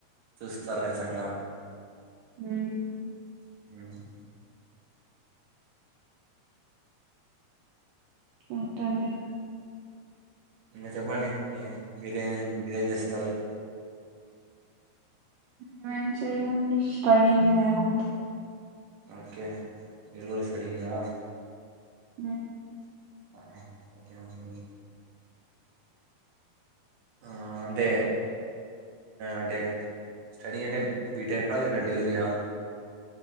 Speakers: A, on the right; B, on the right.
A: చూస్తారు ఖచ్చితంగా
B: హ్మ్
A: <inaudible>
B: ఎంటండి
A: మీరు చెప్పండి ఏ బిర్యానీ బిర్యానీ చేస్తారు
B: మేమేం చేయమండి స్టడీయింగ్ మేమంతే
A: ఓకే మీరు గూడా స్టడీయింగా
B: హ్మ్
A: <inaudible> ఆ అంటే అంటే స్టడీ అంటే బీటెక్కా లేక డిగ్రీయా